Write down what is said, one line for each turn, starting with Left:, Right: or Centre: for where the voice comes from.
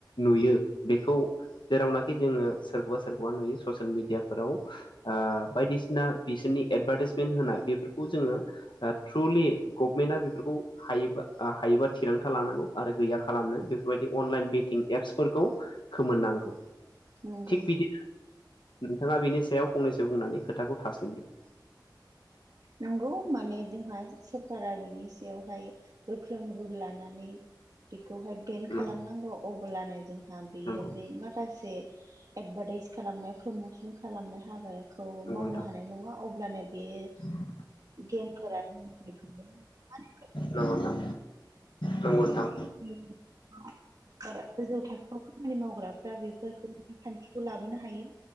Left: नुयो बेखौ जेरावनाखि जोङो सोरखौबा सोरखौबा नुयो ससियेल मिडियाफोराव बायदिसिना बिसोरनि एडभार्टाइसमेन्ट होनाय बेफोरखौ जोङो थ्रुलि गभमेन्टआ बेफोरखौ हायोबा हायोबा थिरांथा लानांगौ आरो गैया खालामनो बेफोरबायदि अनलाइन <unintelligible> एप्सफोरखौ खोमोननांगौ
Right: नंगौ
Left: थिग बिदिनो नोंथाङा बिनि सायाव फंनैसो बुंनानै खोथाखौ था <unintelligible>
Right: नंगौ माने जोंहा सरकारा बिनि सायावहाय गोख्रों रुल लानानै बेखौहाय बेन्
Left: नंगौ
Right: खालामनांगौ अब्लानो जोंहा बियो
Left: नंगौ
Right: माखासे एडभारटाइस खालामनाय प्रमसन खालामनाय हाबाखौ
Left: नंगौ
Right: मावनो
Left: नोंथां
Right: हानाय नङा अब्लानो बेयो
Left: <inaudible>
Right: गेमफोरा <unintelligible>
Left: नंगौ नोंथां नंगौ नोंथां
Right: <inaudible> गोजौ थाखोआव खामानि मावग्राफ्रा बेफोरखौ खान्थिखौ लाबोनो हायो